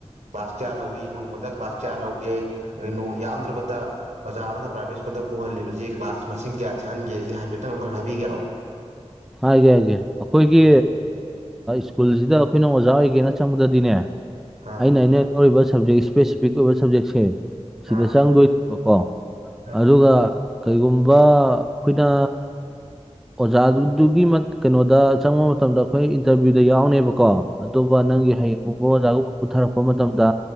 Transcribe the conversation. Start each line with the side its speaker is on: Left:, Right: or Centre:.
Right: ꯀ꯭ꯂꯥꯁ ꯀꯌꯥ ꯂꯧꯋꯤ ꯅꯣꯡꯃ ꯀ꯭ꯂꯥꯁ ꯆꯌꯥꯔ ꯂꯧꯒꯦ ꯅꯅ ꯌꯥꯝꯗ꯭ꯔꯕꯗ ꯑꯣꯖꯥ ꯑꯃꯅ ꯄ꯭ꯔꯥꯏꯚꯦꯠ ꯁ꯭ꯀꯨꯜꯗ ꯄꯨꯍꯜꯂꯤꯕꯁꯤ ꯀ꯭ꯂꯥꯁ ꯃꯁꯤꯡ ꯀꯌꯥ ꯆꯪꯍꯟꯒꯦ ꯁꯤ ꯍꯥꯏꯐꯦꯠꯇꯪ ꯑꯃꯨꯛꯇꯪ ꯍꯥꯏꯕꯤꯒꯦꯔꯣ
Centre: ꯍꯥꯏꯒꯦ ꯍꯥꯏꯒꯦ ꯑꯩꯈꯣꯏꯒꯤ
Right: ꯎꯝ
Centre: ꯁ꯭ꯀꯨꯜꯁꯤꯗ ꯑꯩꯈꯣꯏꯅ ꯑꯣꯖꯥ ꯑꯣꯏꯒꯦꯅ ꯆꯪꯕꯗꯗꯤꯅꯦ
Right: ꯑꯥ
Centre: ꯑꯩꯅ ꯑꯩꯅ ꯇꯧꯔꯤꯕ ꯁꯕꯖꯦꯛ ꯏꯁꯄꯦꯁꯤꯐꯤꯛ ꯑꯣꯏꯕ ꯁꯕꯖꯦꯛꯁꯦ ꯁꯤꯗ
Right: ꯑꯥ
Centre: ꯆꯪꯗꯣꯏꯅꯦꯕꯀ ꯀꯣ
Right: ꯑꯥ
Centre: ꯑꯗꯨꯒ ꯀꯩꯒꯨꯝꯕ ꯑꯩꯈꯣꯏꯅ ꯑꯣꯖꯥꯗꯨ ꯑꯗꯨꯒꯤ ꯀꯩꯅꯣꯗ ꯆꯪꯕ ꯃꯇꯝꯗ ꯑꯩꯈꯣꯏ ꯏꯟꯇꯔꯚꯤꯌꯨꯗ ꯌꯥꯎꯅꯦꯕꯀꯣ ꯑꯗꯨ ꯅꯪꯒꯤ ꯍꯌꯦꯡꯒꯨꯝꯕ ꯑꯣꯖꯥꯒꯕ ꯄꯨꯊꯔꯛꯄ ꯃꯇꯝꯗ